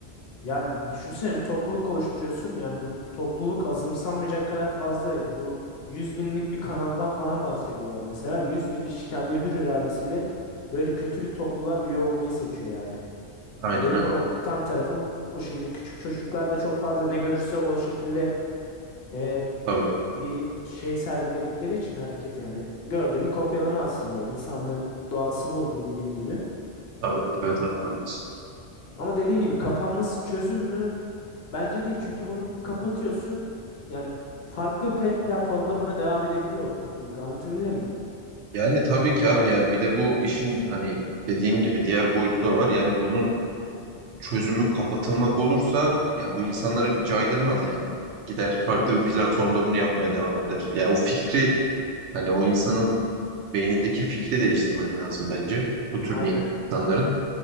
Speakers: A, on the left; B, on the right.
A: Yani düşünsene bir topluluk oluşturuyorsun. Yani bu topluluk azımsanmayacak kadar fazla. Bu 100 binlik bir kanaldan falan bahsediyorlar mesela. yüz bin kişi kendi hür iradesiyle böyle kötü bir topluluğa üye olmayı seçiyor yani.
B: Aynen
A: Beni
B: öyle.
A: korkutan tarafı bu. Bu Şimdi küçük çocuklar da çok fazla ne görürse o şekilde e,
B: Tabii,
A: bir şey sergiledikleri için hareket yani. Gördüğünü kopyalama aslında. İnsanlığın doğası bu bildiğin gibi.
B: tabii, evet haklısın.
A: Ama dediğin gibi kapanması çözüm mü? Bence değil. Çünkü bunu kapatıyorsun. Yani farklı bir pe- platformda buna devam edebiliyor o topluluk. Anlatabildim mi?
B: Yani tabii ki abi yani bir de bu işin hani dediğin gibi diğer boyutu da var. Yani bunun çözümü kapatılmak olursa ya bu insanları bir caydırmaz yani. Gider farklı
A: Evet.
B: bir platformda bunu yapmaya devam eder. Ya o fikri hani o insanın beynindeki fikri değiştirmen lazım bence bu tür
A: Aynen.
B: niyetli insanların.